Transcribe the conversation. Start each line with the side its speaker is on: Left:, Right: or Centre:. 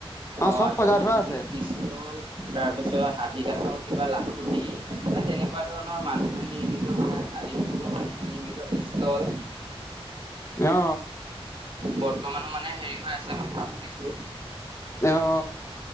Right: অ
Left: চব
Right: আগৰ
Left: সজাই
Right: দিনৰ
Left: থোৱা আছে
Right: বোলে পিষ্টল, তাৰপিছত তিতাঁতৰ কিবা লাফুটি মানে তেনেকুৱা ধৰণৰ মানুহে নিৰ্মিত মানে আদিম যুগৰ নিৰ্মিত পিষ্টল,
Left: অ
Right: বৰ মান মানে হেৰি হৈ আছে বুলি কোৱা শুনিছোঁ।
Left: তেওঁ